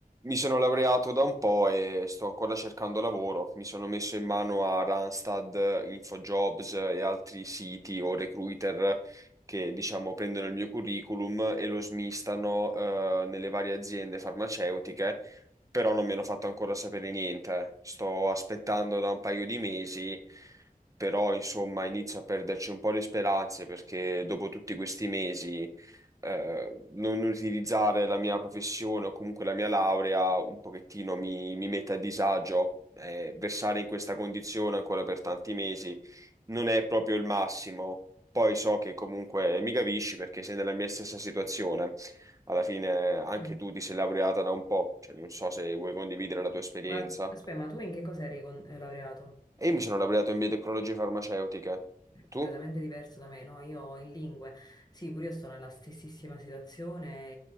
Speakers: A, on the right; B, on the left.
A: Mi sono laureato da un po' e sto ancora cercando lavoro. Mi sono messo in mano a Randstad, InfoJobs e altri siti o recruiter che, diciamo, prendono il mio curriculum e lo smistano, eh, nelle varie aziende farmaceutiche però non mi hanno fatto ancora sapere niente. eh. Sto aspettando da un paio di mesi, però insomma inizio a perderci un po' le speranze perché dopo tutti questi mesi eh, non utilizzare la mia professione o comunque la mia laurea un pochettino mi, mi mette a disagio. Eh, versare in questa condizione ancora per tanti mesi non è proprio il massimo. Poi so che comunque mi capisci perché sei nella mia stessa situazione. Alla fine anche
B: Mm.
A: tu ti sei laureata da un po', cioè, non so se vuoi condividere la tua esperienza.
B: Ma aspetta, ma tu in che cosa eri con- eh, laureato?
A: E io mi sono laureato in biotecnologie farmaceutiche. Tu?
B: completamente diverso da me, no? Io in lingue, sì, pure io sono nella stessissima situazione